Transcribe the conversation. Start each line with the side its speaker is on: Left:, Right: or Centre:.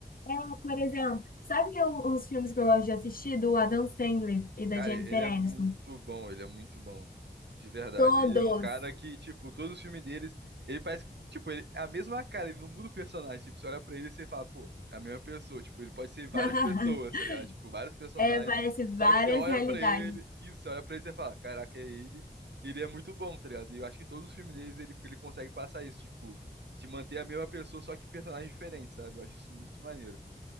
Left: É, por exemplo, sabe o- os filmes que eu gosto de assistir do Adam Sandler e da
Right: Cara,
Left: Jennifer
Right: ele é muito
Left: Aniston?
Right: bom, ele é muito bom. De verdade.
Left: Todos!
Right: Ele é um cara que, tipo, todos os filmes deles, ele parece, tipo, ele é a mesma cara, ele não muda o personagem. Tipo, você olha pra ele e você fala, pô, é a mesma pessoa. Tipo, ele pode ser várias
Left: <laughs>
Right: pessoas, tá ligado? Tipo, vários personagens.
Left: É, parece várias
Right: Só que você olha
Left: realidades.
Right: pra ele, isso, você olha pra ele e você fala, caraca, é ele. Ele é muito bom, tá ligado? E eu acho que todos os filmes deles ele, ele consegue passar isso, tipo, de manter a mesma pessoa, só que personagens diferentes, sabe? Eu acho isso muito maneiro.